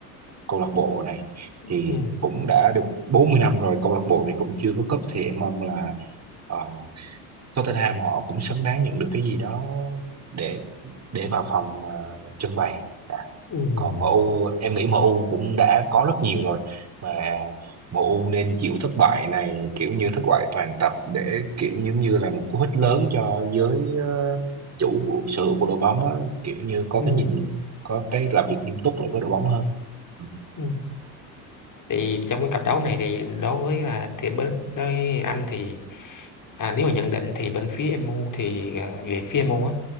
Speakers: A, on the right; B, on the left.
A: câu lạc bộ này thì
B: ừ,
A: cũng đã được 40 năm rồi câu lạc bộ này cũng chưa có cúp thì em mong là ờ, Tottenham họ cũng xứng đáng nhận được cái gì đó để để vào phòng ờ, trưng bày à,
B: ừ,
A: còn MU em nghĩ MU cũng đã có rất nhiều rồi mà MU nên chịu thất bại này kiểu như thất bại toàn tập để kiểu giống như là một cú hích lớn cho giới ờ, chủ sở hữu của đội bóng á, kiểu như có
B: ừ,
A: cái nhìn có cái làm việc nghiêm túc lại với đội bóng hơn ừ,
B: ừ. Thì trong cái cặp đấu này thì đối với à, thì bên đối với anh thì à, nếu mà nhận định thì bên phía MU thì à, về phía MU á